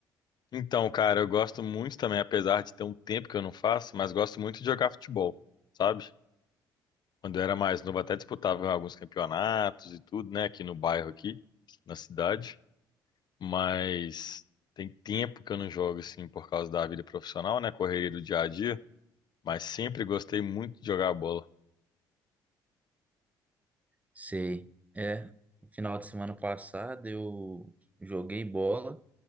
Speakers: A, on the left; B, on the right.
A: Então, cara, eu gosto muito também, apesar de ter um tempo que eu não faço, mas gosto muito de jogar futebol, sabe? Quando eu era mais novo, até disputava alguns campeonatos e tudo, né? Aqui no bairro, aqui, na cidade. Mas tem tempo que eu não jogo, assim, por causa da vida profissional, né? Correria do dia a dia. Mas sempre gostei muito de jogar bola.
B: Sei. É, no final de semana passado eu joguei bola